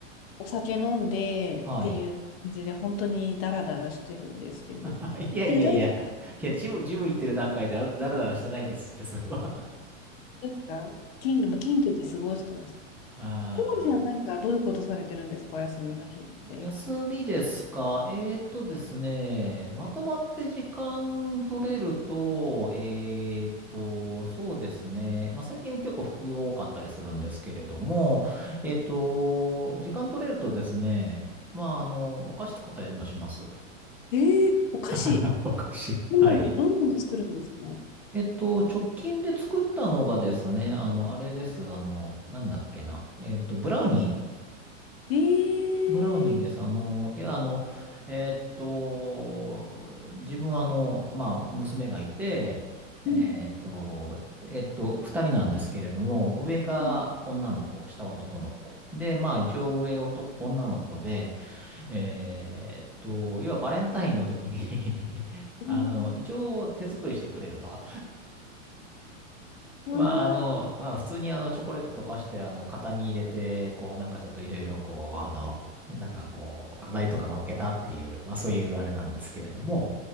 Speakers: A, on the left; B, in the centre.
A: お酒飲んでっていう感じで本当にだらだらしてるんですっていう、
B: はい。<laughs> あいやいやいや、
A: でだいたい
B: いや、ジム、ジム行ってる段階であラらラらしてないですって、それは。
A: ですか、金土も金土で過ごしてます。
B: <laughs> あ
A: コーホさんはなんかどういうことされてるんですかお休みの日って。
B: あ。休みですかえーとですね、まとまって時間取れると、えーと、そうですね。まあ、最近は結構副業多かったりするんですけれども、えーと、時間取れるとですね、まあ、あの、お菓子作ったりもします。
A: ええお菓子
B: <laughs> お菓子。
A: 今あのどんどん作るんですか。
B: はい。えっと、直近で作ったのがですね、あの、あれです。あの、なんだっけな。えっと、ブラウニー。
A: ええ
B: ブラウニーです。あの、いや、あの、えーっと、自分はあの、まあ、娘がいて、えーっと、
A: うん
B: えーっと、二人なんですけれども、上が女の子、
A: うん
B: 下男の子。で、まあ、一応上男、女の子で、えーっと、要はバレンタインの時に <laughs>
A: うん
B: あの、一応手作りしてくれると。
A: うん
B: まあ、あの、まあ、普通にあの、チョコレート溶かして、あの、型に入れて、こう、なんかちょっといろいろ、こう、あの、なんかこう、飾りとか乗っけたっていう、まあ、そういうあれなんですけれども、